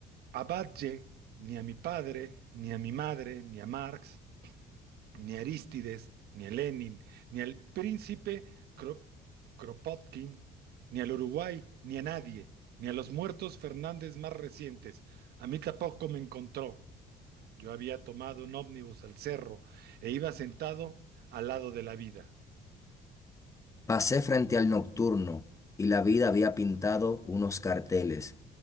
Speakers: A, on the right; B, on the left.
A: a Badge, ni a mi padre, ni a mi madre, ni a Marx, ni a Arístides, ni a Lenin, ni al príncipe Kro- Kropotkin, ni al Uruguay, ni a nadie, ni a los muertos Fernández más recientes. A mí tampoco me encontró. Yo había tomado un ómnibus al cerro e iba sentado al lado de la vida.
B: Pasé frente al nocturno y la vida había pintado unos carteles.